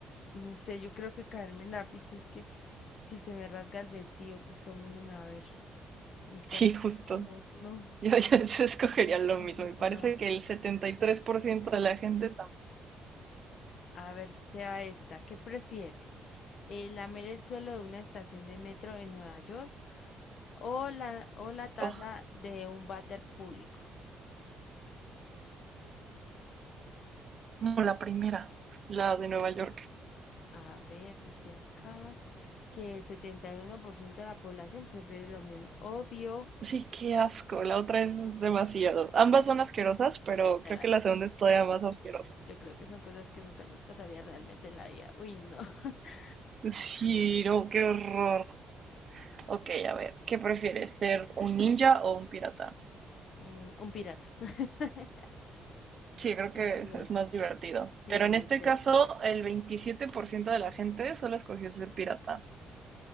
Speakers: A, on the left (about 60°); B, on the right (about 50°).
A: no sé, yo creo que caerme en lápiz es que si se me rasga el vestido, pues todo el mundo me va a ver mi cuerpo.
B: Sí, justo.
A: No, no,
B: Yo, yo <laughs> escogería lo
A: <laughs>
B: mismo. Me parece
A: no.
B: que el 73% de la gente también.
A: A ver, te va esta. ¿Qué prefieres? Eh, ¿lamer el suelo de una estación de metro en Nueva York o la, o la taza
B: Oh,
A: de un váter público?
B: no, la primera, la de Nueva York.
A: A ver, dice acá que el 71% de la población prefiere lo mismo. Obvio,
B: Sí, qué asco. La otra es demasiado. Ambas son asquerosas, pero
A: ¿verdad?
B: creo que la segunda es todavía más asquerosa.
A: Yo creo que son cosas que nunca nos pasaría realmente en la vida. Uy, no. <laughs>
B: Sí, no, qué horror. Ok, a ver, ¿qué prefieres? ¿Ser un ninja o un pirata?
A: Mm, un pirata. <laughs>
B: Sí, creo
A: Un
B: que
A: pirata.
B: es más divertido.
A: Sí,
B: Pero en
A: va
B: este
A: a ser.
B: caso, el 27% de la gente solo escogió ser pirata.